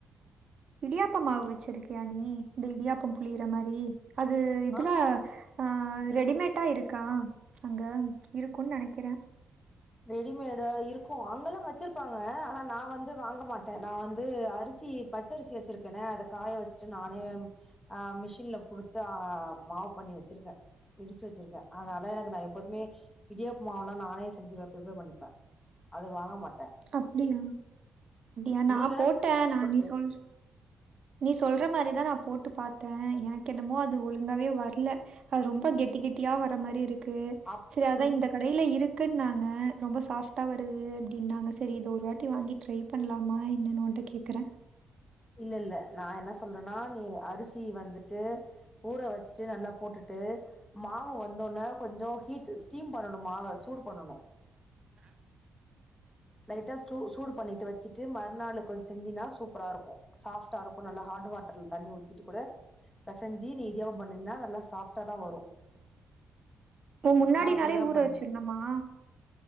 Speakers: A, on the right (about 55°); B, on the left (about 25°).
A: இடியாப்போ மாவு வச்சிருக்கியா நீ இந்த இடியாப்போ புளியிற மாரி அது இதுல
B: ஆ
A: ஆ ரெடிமேட்டா இருக்கா அங்க இருக்குன்னு நெனைக்கிறே
B: ரெடிமேடா இருக்கு அங்கல்லா வச்சிருப்பாங்க ஆனா நா வந்து வாங்க மாட் ட நா வந்து அரிசி பச்சரிசி வச்சிருக்கனே அத காய வச்சிட்டு நானே ஆ மிஷின்ல குடுத்து ஆ மாவு பண்ணி வச்சிருக்கே இடிச்சி வச்சிருக்க அதனால எனக்கு நா எப்போதுமே இடியாப்ப மாவெல்லா நானே செஞ்சிருவே பிரிப்பேர் பண்ணிப்பே அது வாங்க மாட்ட
A: அப்டியா ஏ நா
B: வேணா
A: போட்ட
B: ட்ரை பண்ணி
A: நா
B: பாரு
A: நீ சொல்ற நீ சொல்ற மாரி தா நா போட்டு பாத்தே எனக்கு என்னமோ அது ஒழுங்காவே வர்ல அது ரொம்ப கெட்டி கெட்டியா வர மாதிரி இருக் கு
B: அப்
A: செரி அதா
B: இல்
A: இந்த கடையில இருக்குன்னுன்னாங்க ரொம்ப சாஃப்டா வருது அப்டின்னாங்க செரி இத ஒரு வாட்டி வாங்கி ட்ரை பண்ணலாமா என்னன்னு உன்ட்ட கேக்கற
B: இல்ல இல்ல நா என்ன சொல்றேன்னா நீ அரிசி வந்துட்டு ஊற வச்சிட்டு நல்லா போட்டுட்டு மாவு வந்த உடனே கொஞ்சோ ஹீட் ஸ்டீம் பண்ணனோ மாவ சூடு பண்ணன்ணு
A: ம்
B: லைட்டா ஸ்டு சூடு பண்ணிட்டு வச்சிட்டு மறுநாள் கொஞ்சோ செஞ்சின்னா சூப்பரா இருக்கோ சாஃப்ட்டா இருக்கோ நல்லா ஹாட் வாட்டர்ல தண்ணி ஊத்திட்டு கூட பெசைஞ்சி நீ இடியாப்போ பண்ணி இருந்தா நல்லா சாஃப்டா தா வரு
A: இப்போ முன்னாடி
B: நா அப்டிதா
A: நாளே ஊற
B: பண்ணு
A: வச்சிரணுமா?